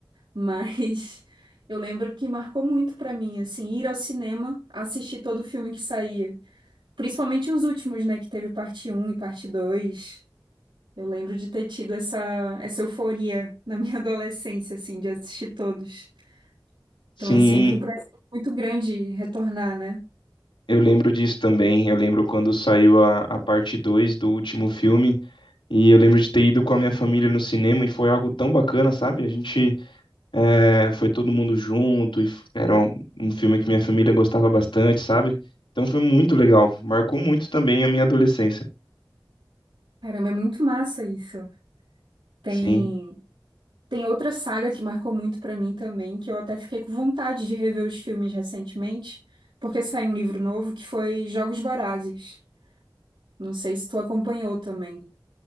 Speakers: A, on the right (about 80°); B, on the left (about 85°).
A: mas <laughs> eu lembro que marcou muito pra mim, assim, ir ao cinema, assistir todo o filme que saía. Principalmente os últimos, né? Que teve parte um e parte 2. Eu lembro de ter tido essa, essa euforia na minha <laughs> adolescência, assim, de assistir todos.
B: Sim,
A: Então é sempre um prazer muito grande retornar, né?
B: eu lembro disso também. Eu lembro quando saiu a, a parte 2 do último filme, e eu lembro de ter ido com a minha família no cinema, e foi algo tão bacana, sabe? A gente eh, foi todo mundo junto, e f- era um, um filme que minha família gostava bastante, sabe? Então foi muito legal, marcou muito também a minha adolescência.
A: Caramba, é muito massa isso. Tem,
B: Sim.
A: tem outra saga que marcou muito pra mim também, que eu até fiquei com vontade de rever os filmes recentemente, porque saiu um livro novo que foi Jogos Vorazes. Não sei se tu acompanhou também.